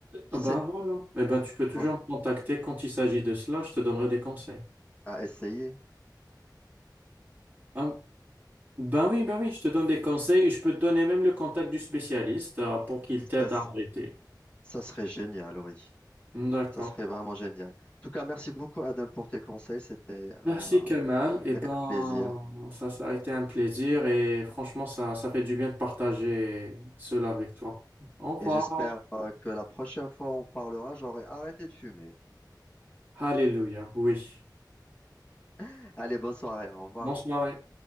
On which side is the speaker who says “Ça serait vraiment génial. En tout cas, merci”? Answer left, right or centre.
Left